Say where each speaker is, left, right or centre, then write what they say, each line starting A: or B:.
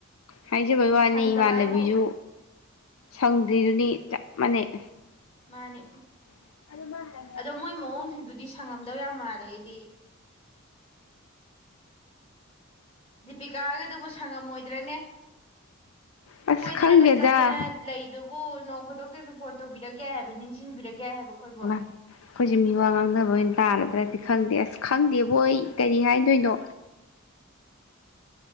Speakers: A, on the left; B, on the left.
A: ꯍꯥꯏꯖꯕꯩ ꯋꯥꯅꯤ
B: ꯁꯪꯗꯕ
A: ꯏꯃꯥꯟꯅꯕꯤꯁꯨ
B: ꯍꯥꯏꯕꯨ
A: ꯁꯪꯗ꯭ꯔꯤꯗꯨꯅꯤ ꯆꯞ ꯃꯥꯟꯅꯩ
B: ꯃꯥꯅꯤ
A: <unintelligible>
B: ꯑꯗꯣ ꯃꯣꯏ ꯃꯑꯣꯡꯁꯤꯡꯗꯨꯗꯤ ꯁꯪꯉꯝꯗꯧ ꯌꯥꯝ ꯃꯥꯜꯂꯦ ꯑꯩꯗꯤ ꯗꯤꯄꯤꯀꯥ ꯍꯥꯏꯔꯒꯗꯨꯕꯨ ꯁꯪꯉꯝꯃꯣꯏ ꯗ꯭ꯔꯅꯦ
A: ꯑꯁ
B: ꯀꯣꯏꯗꯅꯒ
A: ꯈꯪꯗꯦꯗ
B: ꯆꯠꯇꯅ ꯂꯩꯗꯨ ꯑꯗꯨꯕꯨ ꯅꯣꯡ ꯈꯨꯗꯣꯛꯛꯇꯁꯨ ꯐꯣꯟ ꯇꯧꯕꯤꯔꯛ ꯌꯥꯏ ꯍꯥꯏꯕ ꯅꯤꯡꯁꯤꯡꯕꯤꯔꯛ ꯌꯥꯏ ꯍꯥꯏꯕ ꯑꯩꯈꯣꯏꯕꯣ
A: ꯌꯦꯃꯥ ꯑꯈꯣꯏꯁꯦ ꯃꯤꯋꯥ ꯉꯥꯡꯅꯕ ꯑꯣꯏꯅ ꯇꯥꯔꯗ꯭ꯔꯅꯦ ꯈꯪꯗꯦ ꯑꯁ ꯈꯪꯗꯦꯕꯣ ꯑꯩ ꯀꯔꯤ ꯍꯥꯏꯗꯣꯏꯅꯣ